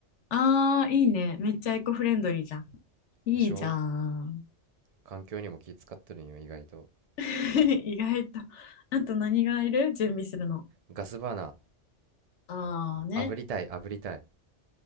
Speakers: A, on the left (about 75°); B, on the right (about 75°).
A: ああ、いいね。めっちゃエコフレンドリーじゃん。いいじゃん。
B: でしょ環境にも気使っとるんよ、意外と。
A: <laughs> 意外と。あと何がいる準備するの。
B: ガスバーナ
A: ああね。
B: ー、炙りたい、炙りたい。